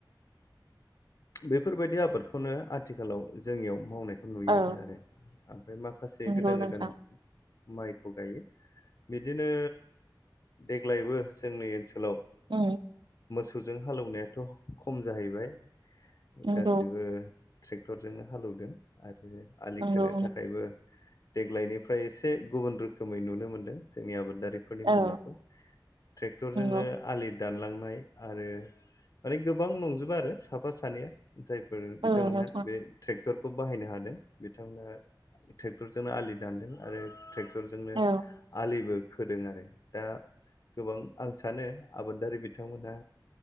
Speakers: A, on the left; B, on the right.
A: बेफोरबायदि आबादखौनो आथिखालाव जोंनियाव मावनायखौ नुयो
B: औ
A: आरो। ओमफ्राय माखासे
B: नंगौ
A: गोदान गोदान।
B: नोंथां
A: माइखौ गायो बिदिनो देग्लायबो जोंनि ओनसोलाव।
B: औ।
A: मोसौजों हालौवनायाथ' खम जाहैबाय
B: नंगौ
A: गासिबो। ट्रेक्टरजोंनो हालौवदों आरो आलि
B: नंगौ
A: खोनो थाखायबो। देग्लायनिफ्राय एसे गुबुन रोखोमै नुनो मोन्दों जोंनि आबादारि। बेफोरनि मावनायखौ
B: औ
A: ट्रेक्टरजोंनो
B: नंगौ
A: आलि दानलांनाय आरो माने गोबां नंजोबा आरो साफा सानैया जाय फोर बिथांमोनहा
B: औ नोंथां
A: बे ट्रेक टरखौ बाहायनो हादों बिथांमोनहा ट्रेक्टरजोंनो आलि दानदों आरोे ट्रेक टरजोंनो
B: औ
A: आलिबो। खोदों आरो दा गोबां आं सानो आबादारि बिथांमोनहा।